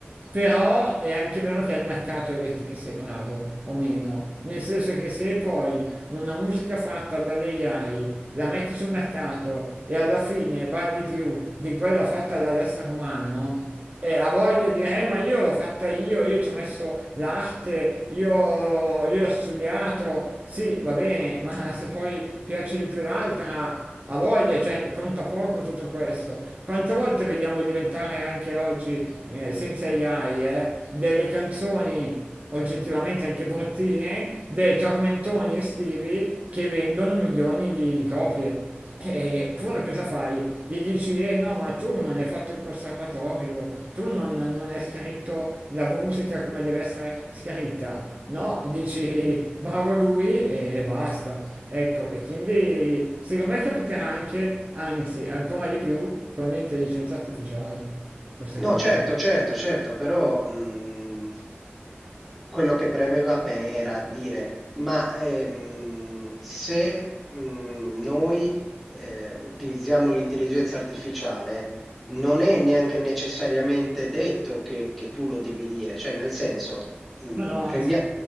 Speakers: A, on the right; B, in the centre.
A: Però è anche vero che è il mercato a dirti che sei bravo o meno, nel senso che se poi una musica fatta dall'AI la metti sul mercato e alla fine vale di più di quella fatta dall'essere umano e ha voglia di dire eh, ma io l'ho fatta io, io ci ho messo l'arte, io, io ho studiato, sì va bene, ma se poi piace di più l'altra ha voglia, cioè conta poco tutto questo. Quante volte vediamo diventare anche oggi, eh, senza AI, eh, delle canzoni oggettivamente anche bruttine dei tormentoni estivi che vendono milioni di, di copie. Eppure cosa fai? Gli dici, eh no, ma tu non hai fatto il conservatorio, tu non, non hai scritto la musica come deve essere scritta. No, dici, bravo lui e basta. Ecco, e quindi secondo me capiterà anche, anzi, ancora di più con l'intelligenza artificiale, questa
B: No,
A: cosa.
B: certo, certo, certo, però mh, quello che premeva a me era dire, ma ehm, se mh, noi eh, utilizziamo l'intelligenza artificiale, non è neanche necessariamente detto che, che tu lo devi dire, cioè nel senso, mh,
A: Ma no, anzi,
B: prendi-